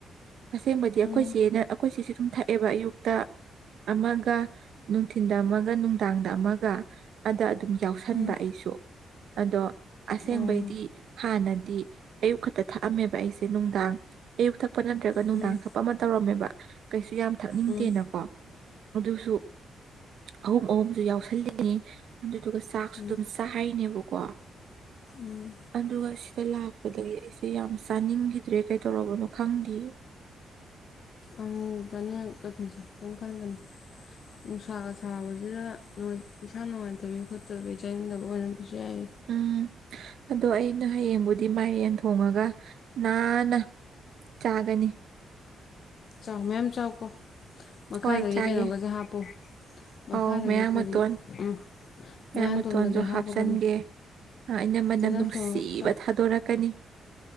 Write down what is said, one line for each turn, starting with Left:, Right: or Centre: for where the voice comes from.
Right: ꯑꯁꯦꯡꯕꯗꯤ ꯑꯩꯈꯣꯏ
Left: ꯎꯝ
Right: ꯆꯦꯅ ꯑꯩꯈꯣꯏ ꯆꯁꯤ ꯁꯨꯝ ꯊꯛꯑꯦꯕ ꯑꯌꯨꯛꯇ ꯑꯃꯒ ꯅꯨꯡꯊꯤꯤꯟꯗ ꯑꯃꯒ ꯅꯨꯡꯗꯥꯡꯗ ꯑꯃꯒ ꯑꯗ ꯑꯗꯨꯝ ꯌꯥꯎꯁꯟꯕ
Left: ꯎꯝ ꯎꯝ
Right: ꯑꯩꯁꯨ ꯑꯗꯣ ꯑꯁꯦꯡꯕꯩꯗꯤ
Left: ꯑꯣ
Right: ꯍꯥꯟꯅ ꯍꯥꯏꯗꯤ ꯑꯌꯨꯛ ꯈꯛꯇ ꯊꯛꯑꯝꯃꯦꯕ ꯑꯩꯁꯦ ꯅꯨꯡꯗꯥꯡ ꯑꯌꯨꯛ ꯊꯛꯄ ꯅꯠꯇ꯭ꯔꯒ ꯅꯨꯡꯗꯥꯡ
Left: ꯎꯝ
Right: ꯊꯛꯄ ꯑꯃ ꯇꯧꯔꯝꯃꯦꯕ ꯀꯩꯁꯨ ꯌꯥꯝ ꯊꯛꯅꯤꯡꯗꯦꯅꯀꯣ
Left: ꯎꯝ
Right: ꯑꯗꯨꯁꯨ ꯑꯍꯨꯝ ꯑꯍꯨꯝꯁꯨ ꯌꯥꯎꯁꯜꯂꯤꯅꯤ ꯑꯗꯨꯗꯨꯒ ꯆꯥꯛꯁꯨ
Left: ꯎꯝ ꯎꯝ
Right: ꯑꯗꯨꯝ ꯆꯥꯔꯤꯅꯦꯕꯀꯣ
Left: ꯎꯝ
Right: ꯑꯗꯨꯒ ꯁꯤ ꯂꯥꯛꯄꯗꯒꯤ ꯑꯩꯁꯦ ꯌꯥꯝ ꯆꯥꯅꯤꯡꯈꯤꯗ꯭ꯔꯦ ꯀꯩꯗꯧꯔꯕꯅꯣ ꯈꯪꯗꯦꯌꯦ
Left: ꯑꯪ ꯆꯅꯤꯁꯦ ꯀꯩꯝ ꯀꯟ ꯀꯩꯅꯣ ꯅꯨꯡꯁꯥꯒ ꯁꯥꯕꯁꯤꯗ ꯏꯁꯟꯁꯥ ꯅꯨꯡꯉꯥꯏꯇꯕꯤ ꯈꯣꯠꯇꯕꯤ ꯆꯥꯅꯤꯡꯗꯕ ꯑꯣꯏꯔꯝ ꯌꯥꯏ
Right: ꯎꯝ ꯑꯗꯣ ꯑꯩꯅ ꯍꯌꯦꯡꯕꯨꯗꯤ ꯃꯥꯏ ꯌꯦꯟ ꯊꯣꯉꯒ ꯅꯥꯟꯅ ꯆꯥꯒꯅꯤ
Left: ꯆꯥꯎ ꯃꯌꯥꯝ ꯆꯥꯎꯀꯣ ꯃꯈꯥꯗꯒꯤ
Right: ꯍꯣꯏ ꯆꯥꯒꯦ
Left: ꯀꯩꯅꯣꯒꯁꯦ ꯍꯥꯞꯄꯨ ꯃꯈꯥꯗꯒꯤ
Right: ꯑꯧ ꯃꯌꯥꯡ
Left: ꯀꯔꯤ
Right: ꯃꯇꯣꯟ
Left: ꯎ
Right: ꯃꯌꯥꯡ
Left: ꯃꯌꯥꯡꯊꯣꯟꯒꯁꯦ
Right: ꯃꯇꯣꯟꯁꯨ
Left: ꯍꯥꯞꯄꯒꯅꯦ
Right: ꯍꯥꯞꯆꯟꯒꯦ ꯑꯩꯅ
Left: ꯐꯖꯅ
Right: ꯃꯅꯝ ꯅꯨꯡꯁꯤꯕ
Left: ꯊꯣꯡꯉꯒ ꯆꯥꯎ
Right: ꯊꯥꯗꯣꯔꯛꯀꯅꯤ